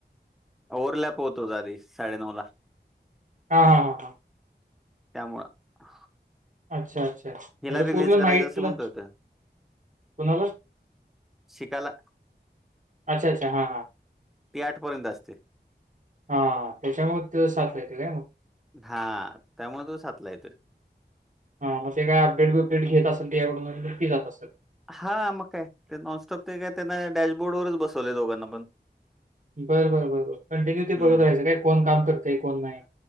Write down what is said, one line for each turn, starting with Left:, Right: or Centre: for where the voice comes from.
Centre: ओव्हरलॅप होत होता आधी साडेनऊ ला..
Right: हा हा हा हा...
Centre: त्यामुळे्हा....
Right: अच्छा अच्छा..
Centre: हिला
Right: म्हणजे
Centre: रिलीज
Right: पूर्ण
Centre: करायचं
Right: नाईटला
Centre: असं म्हणत होत..
Right: कुणाला
Centre: शिकालात
Right: अच्छा अच्छा हा
Centre: ती आठपर्यंत असते.
Right: हा त्याच्यामुळे ते साचला येत काय मग..
Centre: हा त्यामुळे तो साातलाय त...
Right: हा मगे काय अपेट बेट घेत असेली याकडूनी जात असेल...
Centre: हा मग काय ते नॉनस्टॉप ते काय त्यांना डॅशबोर्ड वरच बसवले दोघांना पण.
Right: बर बर बर बर कंटिन्यु ते
Centre: हं.
Right: बघत रहायचं काय कोण काम करते कोण नाही.